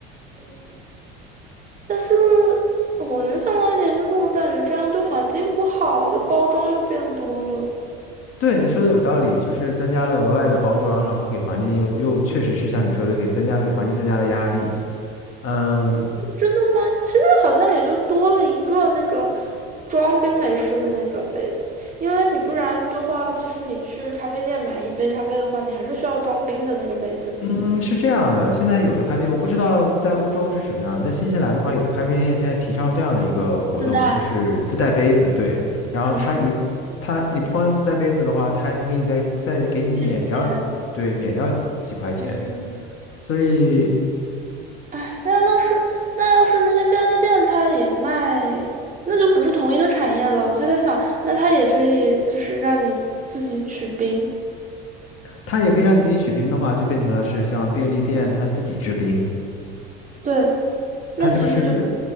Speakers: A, on the right; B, on the left.
A: 嗯但是我能想到一点，就是我感觉这样对环境不好，就包装又变多了。
B: 对，你说的有道理，就是增加了额外的包装，然后给环境又又确实是像你说的，给增加给环境增加了压力。嗯，
A: 真的吗？其实好像也就多了一个那个装冰美式的那个杯子，因为你不然的话，其实你去咖啡店买一杯咖啡的话，你还是需要装冰的那个杯子，
B: 嗯，是这样的，现在有的咖啡，我不知道在欧洲是什么样，在新西兰的话，有的咖啡店现在提倡这样的一个活动，
A: 自带。
B: 就是自带杯子，对，然后他你他你不光用自带杯子的话，
A: 就是
B: 他还能给你再再给你免掉，
A: 点钱。
B: 对，免掉几块钱，
A: 嗯，
B: 所以
A: 哎，那要是那要是那些便利店它也卖，那就不是同一个产业了。我就在想，那它也可以就是让你自己取冰，
B: 它也可以让你自己取冰的话，就变成了是像便利店他自己制冰，
A: 对。那其实就
B: 它就是